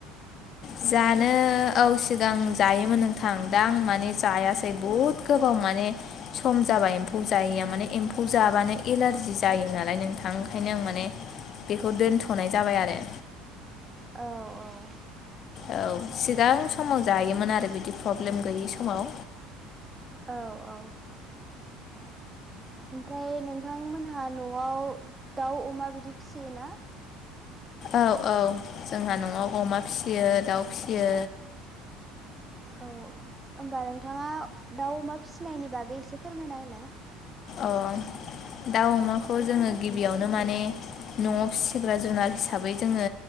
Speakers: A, on the left (about 50°); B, on the right (about 15°).
A: जानो औ सिगां जायोमोन नों थां दा आं माने जायासै बहुद गोबाव माने सम जाबाय एम्फौ जायिया माने एम्फौ जाबानो एलारजि जायो नालाय नोंथां ओंखायनो आं माने बेखौ दोनथ'नाय जाबाय आरो।
B: औ औ
A: औ सिगां समाव जायोमोन आरो बिदि प्रब्लेम गैयि समाव
B: औ औ ओमफ्राय नोंथांमोनहा न'आव दाउ अमा बिदि फिसियोना?
A: औ औ जोंहा न'आव अमा फिसियो दाउ फिसियो।
B: औ होमबा नोंथाङा दाउ अमा फिसिनायनि बागै एसे फोरमायना होलाय।
A: अ दाउ अमाखौ जोंङो गिबियावनो माने न'आव फिसि सिग्रा जुनार हिसाबै जोंङो